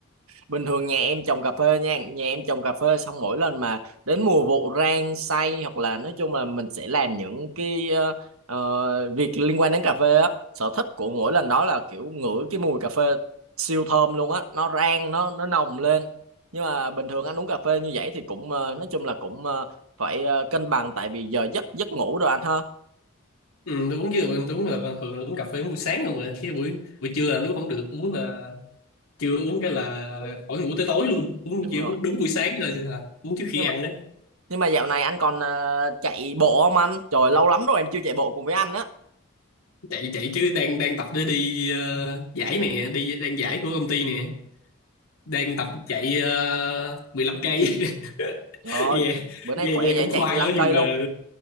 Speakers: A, on the right (about 85°); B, on the left (about 80°).
A: bình thường nhà em trồng cà phê nha nhà em trồng cà phê xong mỗi lần mà đến mùa vụ rang xay hoặc là nói chung là mình sẽ làm những cái ờ, ờ, việc liên quan đến cà phê á sở thích của mỗi lần đó là kiểu ngửi cái mùi cà phê siêu thơm luôn á nó rang nó nó nồng lên nhưng mà bình thường anh uống cà phê như vậy thì cũng ờ, nói chung là cũng ờ, phải ờ, cân bằng tại vì giờ giấc giấc ngủ rồi anh ha
B: ừ tôi uống chưa mình uống là bình thường là uống cà phê buổi sáng không à chứ buổi buổi trưa là lúc không được uống là chưa uống cái là khỏi ngủ tới tối luôn uống
A: đúng
B: chỉ
A: rồi
B: uống đúng buổi sáng rồi à, uống trước khi
A: nhưng
B: ăn
A: mà
B: đó
A: nhưng mà dạo này anh còn ờ, chạy bộ không anh trời lâu lắm rồi em chưa chạy bộ cùng với anh á
B: chạy chạy chứ đang đang tập để đi ờ, giải nè đi đang giải của công ty nè đang tập chạy ờ, 15 cây <laughs>
A: Trời ơi,
B: nghe
A: bữa nay
B: nghe
A: khỏe
B: nghe
A: vậy
B: cũng khoai
A: chạy mười lăm
B: lắm nhưng
A: cây
B: mà
A: luôn.